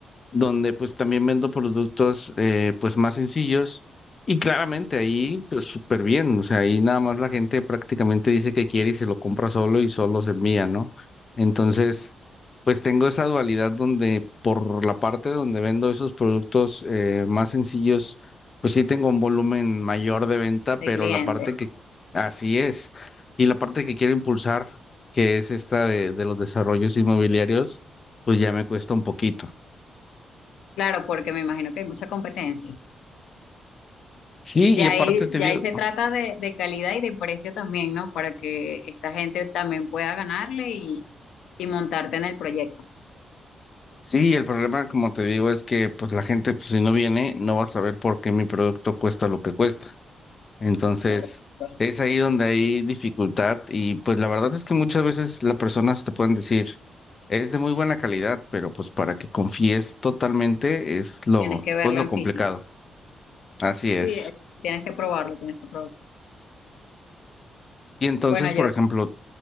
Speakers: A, on the left; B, on the left.
A: donde pues también vendo productos eh, pues más sencillos y claramente ahí pues súper bien, o sea, ahí nada más la gente prácticamente dice que quiere y se lo compra solo y solo se envía, ¿no? Entonces, pues tengo esa dualidad donde por la parte donde vendo esos productos eh, más sencillos, pues sí tengo un volumen mayor de venta,
B: de
A: pero
B: clientes.
A: la parte que así es y la parte que quiero impulsar, que es esta de de los desarrollos inmobiliarios, pues ya me cuesta un poquito.
B: Claro, porque me imagino que hay mucha competencia.
A: Sí,
B: Ya
A: y aparte
B: ahí,
A: te
B: ya
A: digo,
B: ahí se trata de, de calidad y de precio también, ¿no? Para que esta gente también pueda ganarle y, y montarte en el proyecto.
A: sí, el problema, como te digo, es que pues la gente, pues si no viene, no va a saber por qué mi producto cuesta lo que cuesta. Entonces,
B: Claro, pues,
A: es ahí donde hay dificultad y pues la verdad es que muchas veces las personas te pueden decir, es de muy buena calidad, pero pues para que confíes totalmente es lo,
B: Tienes que verlo
A: pues lo
B: en
A: complicado.
B: físico.
A: Así es.
B: Sí, eh, tienes que probarlo, tienes que probarlo.
A: Y entonces,
B: Bueno,
A: por
B: yo,
A: ejemplo,